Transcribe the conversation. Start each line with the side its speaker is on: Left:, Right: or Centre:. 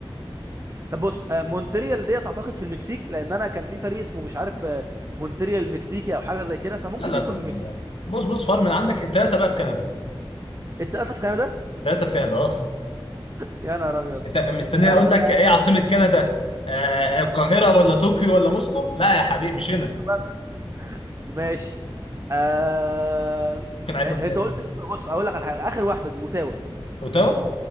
Right: طب بص آه، مونتريال ديت اعتقد في المكسيك لان انا كان في فريق اسمه مش عارف آه، مونتريال المكسيكي او حاجه زي كده فممكن
Left: لا لا
Right: دي
Left: لا
Right: تكون في المكسيك
Left: لا. بص بص فار من عندك التلاتة بقى في كندا
Right: التلاته في كندا
Left: التلاتة في كندا اه
Right: يا نهار ابيض
Left: انت مستني
Right: آه،
Left: اقول لك ايه عاصمة كندا آه آه، القاهرة ولا طوكيو ولا موسكو لا يا حبيبي مش
Right: انا قلت
Left: هنا
Right: والله هتقول لي كده ماشي آه...
Left: ممكن اعيدهم
Right: آه،
Left: تاني
Right: انت قلت بص اقول لك على حاجه اخر واحده دي اوتاوا
Left: اوتاوا